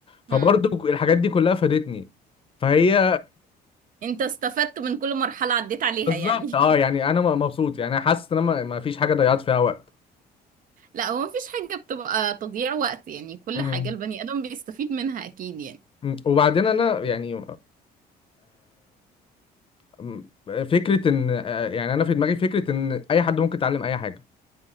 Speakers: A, on the left; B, on the right.
A: فبرضو
B: مم.
A: الحاجات دي كلها فادتني فهي
B: انت استفدت من كل مرحلة عديت عليها
A: بالظبط
B: يعني
A: اه يعني انا م- مبسوط يعني حاسس ان انا ما ما فيش حاجة ضيعت فيها وقت
B: <laughs> لا هو مفيش حاجة بتبقى تضييع وقت يعني كل
A: مم.
B: حاجة البني آدم بيستفيد منها أكيد يعني
A: مم. وبعدين انا يعني م- فكرة ان آه، يعني انا في دماغي فكرة ان اي حد ممكن يتعلم اي حاجة